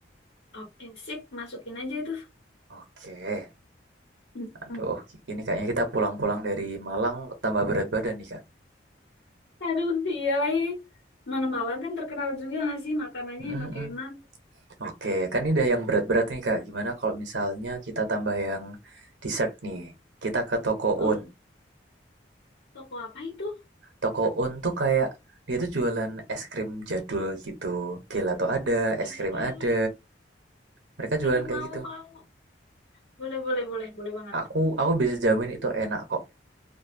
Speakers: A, on the left; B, on the right.
A: Oke, sip. Masukin aja itu.
B: Oke.
A: Mm-mm.
B: Aduh, ini kayaknya kita pulang-pulang dari Malang tambah berat badan nih,
A: Aduh, iya lagi. Mana Malang kan terkenal juga nggak sih makanannya
B: Kak.
A: enak-enak.
B: Oke, kan ini udah yang berat-berat nih Kak. Gimana kalau misalnya kita tambah yang dessert nih? Kita ke toko
A: Oh,
B: Un.
A: toko apa itu?
B: Toko Un tuh kayak dia tuh jualan es krim jadul gitu. Gelato ada,
A: Hmm,
B: es krim ada. Mereka jualan
A: Aduh,
B: kayak
A: mau,
B: gitu.
A: mau. Boleh, boleh, boleh. Boleh banget.
B: Aku aku bisa jamin itu enak kok.